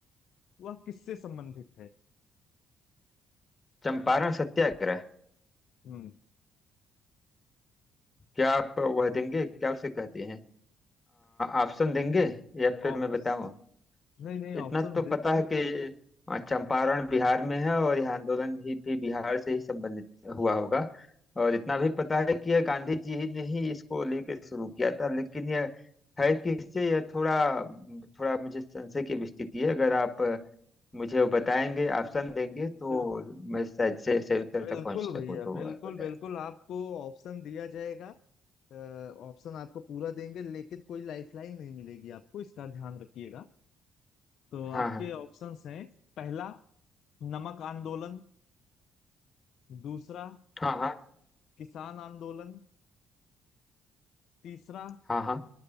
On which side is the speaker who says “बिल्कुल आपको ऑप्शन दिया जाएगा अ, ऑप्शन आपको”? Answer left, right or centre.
Left